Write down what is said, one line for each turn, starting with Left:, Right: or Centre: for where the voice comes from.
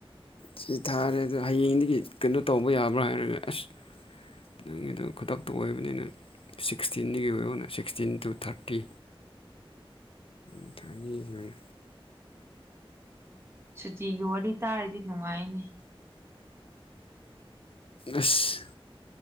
Left: ꯁꯤ ꯊꯥꯔꯦ ꯑꯗꯣ ꯍꯌꯦꯡꯗꯒꯤ ꯀꯩꯅꯣ ꯇꯧꯕ ꯌꯥꯕ꯭ꯔꯥ ꯍꯥꯏꯔꯒ ꯑꯁ ꯅꯪꯒꯤꯗ ꯈꯨꯗꯛꯇ ꯑꯣꯏꯕꯅꯤꯅ ꯁꯤꯛꯁꯇꯤꯟꯒꯤ ꯑꯣꯏꯕ ꯑꯣꯏꯅ ꯁꯤꯛꯁꯇꯤꯟ ꯇꯨ ꯊꯥꯔꯇꯤ ꯎ ꯊꯈꯣꯏ꯫
Right: ꯁꯨꯇꯤꯒꯤ ꯋꯥꯔꯤ ꯇꯥꯔꯗꯤ ꯅꯨꯡꯉꯥꯏꯅꯤ
Left: ꯑꯁ